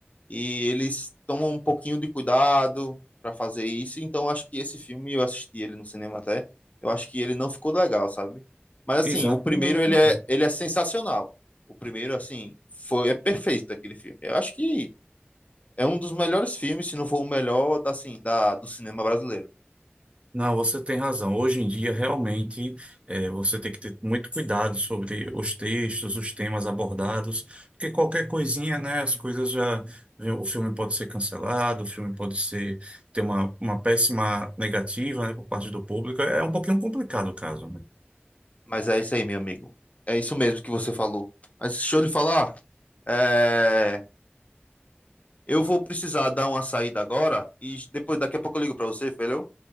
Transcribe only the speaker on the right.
Exato.
Não,
perfeito.
Não, você tem razão. Hoje em dia, realmente, eh, você tem que ter muito cuidado sobre os textos, os temas abordados, porque qualquer coisinha, né, as coisas já. O filme pode ser cancelado, o filme pode ser ter uma, uma péssima negativa, né, por parte do público. É um pouquinho complicado o caso, né?